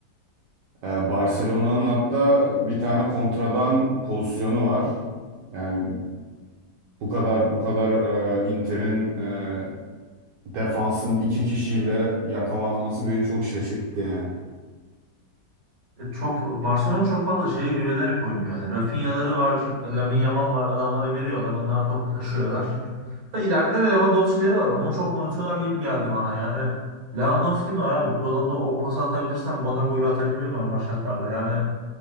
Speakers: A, on the right; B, on the right.
A: E, Barcelona'nın hatta bir tane kontradan pozisyonu var. Yani bu kadar bu kadar e, Inter'in e, defansın iki kişiyle yakalanması beni çok şaşırttı yani.
B: E, Çok Barcelona çok fazla şeye güvenerek oynuyor. Yani Rafinha'ları var, Lamine Yamal var. Adamları veriyorlar. Onlar topu taşıyorlar. Da ileride de Lewandowski'leri var. Onu çok unutuyorlar gibi geldi bana. Yani Lewandowski'nin var abi. Bu adamda o pası atabilirsen bu adam gol atabiliyor normal şartlarda. Yani